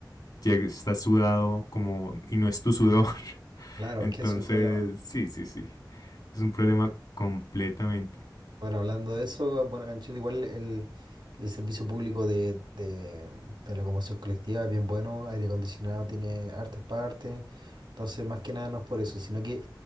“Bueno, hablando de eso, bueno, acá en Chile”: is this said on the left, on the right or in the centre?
Right